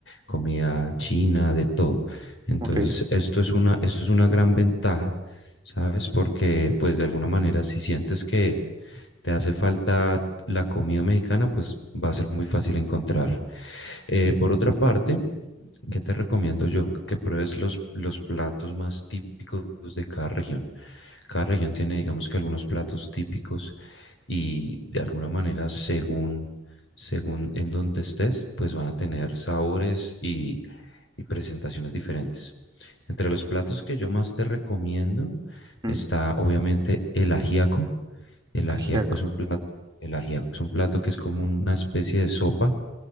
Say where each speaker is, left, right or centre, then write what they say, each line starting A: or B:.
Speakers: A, on the left; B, on the right.
A: comida china, de todo. Entonces,
B: ok.
A: esto es una, esto es una gran ventaja, ¿sabes? Porque, pues, de alguna manera, si sientes que te hace falta la comida mexicana, pues va a ser muy fácil encontrar. Eh, por otra parte, ¿qué te recomiendo yo? Que pruebes los, los platos más típicos de cada región. Cada región tiene, digamos que, algunos platos típicos y, de alguna manera, según, según en donde estés, pues van a tener sabores y y presentaciones diferentes. Entre los platos que yo más te recomiendo está
B: mm,
A: obviamente el ajiaco. El ajiaco
B: ajiaco.
A: es un plato, el ajiaco es un plato que es como una especie de sopa